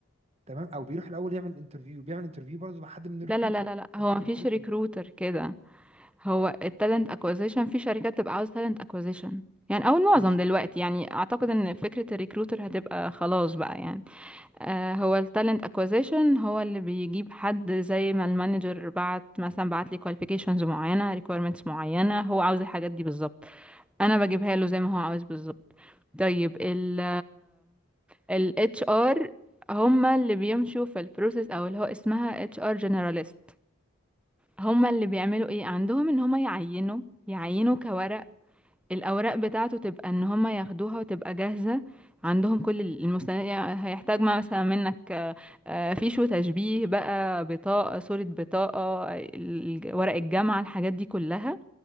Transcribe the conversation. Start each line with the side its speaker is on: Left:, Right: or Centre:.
Right: تمام او بيروح الاول يعمل انترفيو بيعمل انترفيو برضه مع حد من الريكروتر
Centre: لا لا لا لا لا هو
Right: حد من
Centre: مفيش
Right: الريكروتمنت
Centre: ريكروتر كده هو التالنت اكوزيشن في شركات تبقى عاوز تالنت اكوزيشن يعني او المعظم
Right: ماشي
Centre: دلوقتي يعني اعتقد ان فكرة الريكروتر هتبقى خلاص بقى يعني آه، هو التالنت اكوزيشن هو اللي بيجيب حد زي ما المانجر بعت مثلا بعت لي كواليفيكيشنز معينه ريكويرمنتس معينه هو عاوز الحاجات دي بالظبط انا بجيبها له زي ما هو عاوز بالظبط طيب ال ال اتش ار هما اللي بيمشوا في البروسيس او اللي هو اسمها اتش ار جنراليست هما اللي بيعملوا ايه عندهم ان هما يعينوا يعينوا كورق الأوراق بتاعته تبقى إن هما ياخدوها وتبقى جاهزة عندهم كل المستندات يعني هيحتاج ما مثلا منك آه، آه، فيش وتشبيه بقى بطاقة صورة بطاقة ال- ورق الجامعة الحاجات دي كلها